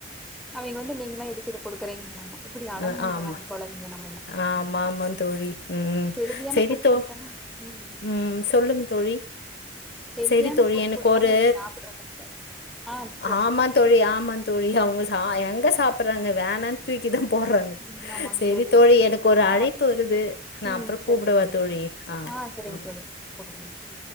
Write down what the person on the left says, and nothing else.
அ
ஆமா
ஆமா ஆமா தோழி உம்
சரி
தோழி
உம் சொல்லுங்க தோழி
சரி தோழி
எனக்கு
ஒரு
ஆமா தோழி ஆமா தோழி அவுங்க எங்க சாப்டுறாங்க வேணானு தூக்கி தான் போடுறாங்க
செரி தோழி எனக்கு ஒரு
அழைப்பு வருது நான்
அப்புறம்
கூப்பிடுவேன் தோழி ஆஹ்ஹ